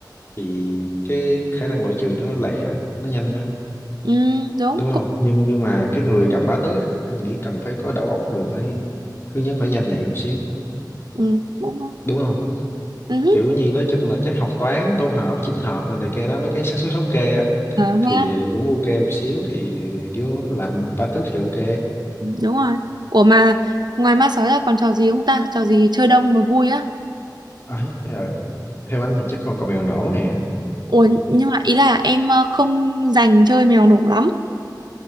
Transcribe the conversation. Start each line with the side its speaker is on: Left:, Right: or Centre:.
Left: thì cái khả năng loại trừ nó lẹ nó nhanh hơn
Right: ừ đúng
Left: đúng
Right: cũng
Left: không nhưng nhưng mà cái người cầm bá tước á, anh nghĩ cần phải có đầu óc rồi phải hướng dẫn phải nhanh nhạy một xíu
Right: ừ, cũng
Left: đúng không
Right: ừ.
Left: kiểu như nói chung là chắc học toán tổ hợp chỉnh hợp rồi này kia đó mấy cái xác suất thống kê á
Right: <laughs>
Left: thì cũng ok một xíu thì kiểu làm bá tước thì ok
Right: đúng rồi ủa mà ngoài ma sói ra còn trò gì không ta trò gì chơi đông mà vui á
Left: ấy rồi theo anh thì chắc còn còn mèo nổ nè
Right: ủa nhưng mà ý là em ờ, không dành chơi mèo nổ lắm